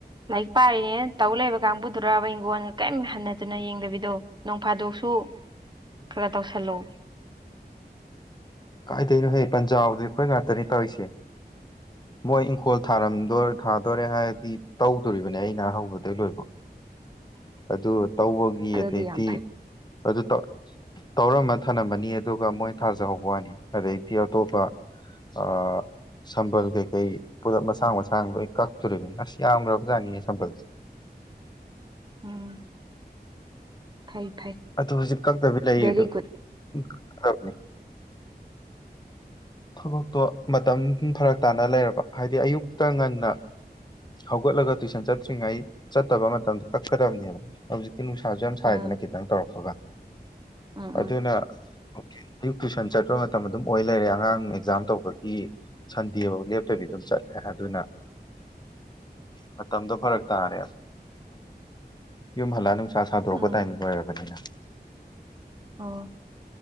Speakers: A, on the right; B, on the left.
A: ꯂꯥꯏꯔꯤꯛ ꯄꯥꯔꯤꯅꯦ ꯇꯧ ꯂꯩꯕ ꯀꯥꯡꯕꯨꯗꯨꯔꯕ ꯍꯤꯡꯈꯣꯟꯜꯒ ꯀꯔꯤꯝ ꯍꯟꯅꯖꯅ ꯌꯦꯡꯗꯕꯤꯗꯣ ꯅꯣꯡ ꯐꯥꯗꯣꯛꯁꯨ ꯁꯨ ꯈꯔ ꯇꯧꯁꯜꯂꯨ
B: ꯀꯥꯏꯗꯩꯅꯣ ꯍꯌꯦ ꯄꯟꯖꯥꯎꯗꯤ ꯑꯩꯈꯣꯏ ꯉꯇꯅꯤ ꯇꯧꯔꯤꯁꯦ ꯃꯣꯏ ꯏꯪꯈꯣꯜ ꯊꯥꯔꯗ ꯊꯥꯗꯣꯔꯦ ꯍꯥꯏꯔꯗꯤ ꯇꯧꯗꯣꯔꯤꯕꯅꯦ ꯑꯩꯅ ꯍꯧꯧꯕꯗꯣꯏ ꯂꯣꯏꯕꯣ ꯑꯗꯨ ꯇꯧꯕꯒꯤ
A: ꯑꯗꯨꯗꯤ
B: ꯑꯗꯩꯗꯤ
A: ꯌꯥꯝ ꯐꯩ
B: ꯑꯗꯨ ꯇ ꯇꯧꯔꯝꯃ ꯊꯝꯂꯝꯝꯃꯅꯤ ꯑꯗꯨꯒ ꯃꯣꯏ ꯊꯥꯖꯍꯧꯕ ꯋꯥꯅꯤ ꯑꯗꯩꯗꯤ ꯑꯇꯣꯞꯄ ꯑ ꯁꯝꯕꯜ ꯀꯩꯀꯩ ꯄꯨꯂꯞ ꯃꯁꯥꯡ ꯃꯁꯥꯡ ꯂꯣꯏ ꯀꯛꯇꯣꯔꯤꯕꯅꯦ ꯑꯁ ꯌꯥꯝꯈ꯭ꯔꯕꯖꯥꯅꯤꯌꯦ ꯁꯝꯕꯜꯁꯦ
A: <inaudible> ꯎꯝ ꯐꯩ ꯐꯩ
B: ꯑꯗꯨ ꯍꯧꯖꯤꯛ ꯀꯛꯇꯕꯤ ꯂꯩ
A: ꯚꯦꯔꯤ
B: ꯑꯗꯨꯅꯤ
A: ꯒꯨꯗ
B: ꯊꯕꯛꯇꯣ ꯃꯇꯝ ꯐꯔꯛ ꯇꯥꯅ ꯂꯩꯔꯕ ꯍꯥꯏꯕꯗꯤ ꯑꯌꯨꯛꯇ ꯉꯟꯅ ꯍꯧꯒꯠꯂꯒ ꯇꯨꯏꯁꯟ ꯆꯠꯇ꯭ꯔꯤꯉꯩ ꯆꯠꯇꯕ ꯃꯇꯝꯗ ꯀꯛꯀꯗꯕꯅꯦꯕ ꯍꯧꯖꯤꯛ ꯏꯤ ꯅꯨꯡꯁꯥꯁꯨ ꯌꯥꯝ ꯁꯥꯏꯗꯅ
A: ꯎꯝ
B: ꯈꯤꯇꯪ ꯇꯧꯔꯛꯄꯒ
A: ꯎꯝ
B: ꯑꯗꯨꯅ
A: ꯎꯝ
B: ꯑꯌꯨꯛ ꯇꯨꯋꯏꯁꯟ ꯆꯠꯄ ꯃꯇꯝ ꯑꯗꯨꯝ ꯑꯣꯏ ꯂꯩꯔꯦ ꯑꯉꯥꯡ ꯑꯦꯛꯖꯥꯝ ꯇꯧꯕꯒꯤ ꯁꯟꯗꯦꯐꯧ ꯂꯦꯞꯇꯕꯤ ꯑꯗꯨꯝ ꯆꯠꯂꯦ ꯑꯗꯨꯅ ꯃꯇꯝꯗꯣ ꯐꯔꯛ ꯇꯥꯔꯦ ꯌꯨꯝ ꯍꯜꯂꯛꯅꯤꯡ ꯥ ꯁꯥꯗꯣꯔꯛꯄ
A: ꯎꯝ
B: ꯇꯥꯏꯃꯤꯡ ꯑꯣꯏꯔꯕꯅꯤꯅ
A: ꯑꯣ